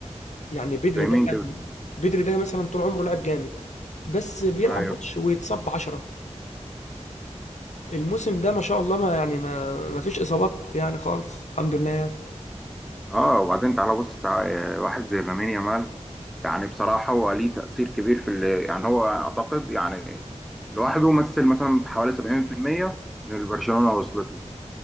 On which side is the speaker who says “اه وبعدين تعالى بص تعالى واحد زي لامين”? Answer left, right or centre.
Centre